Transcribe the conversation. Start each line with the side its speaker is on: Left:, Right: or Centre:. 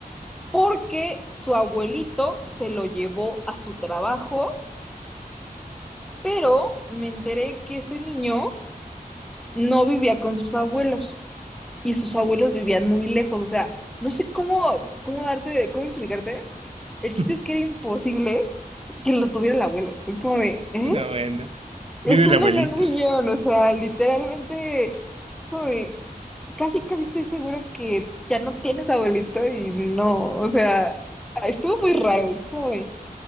Centre: porque su abuelito se lo llevó a su trabajo, pero me enteré que ese niño no vivía con sus abuelos y sus abuelos vivían muy lejos, o sea, no sé cómo, cómo darte, cómo explicarte, El chiste
Right: <laughs>
Centre: es que era imposible que lo tuviera el abuelo. Es como de, ¿eh?
Right: No, bueno,
Centre: Es
Right: viene el
Centre: uno
Right: abuelito.
Centre: en un millón, o sea, literalmente, como de, casi, casi estoy segura que ya no tienes abuelito y no, o sea, estuvo muy raro, es como de,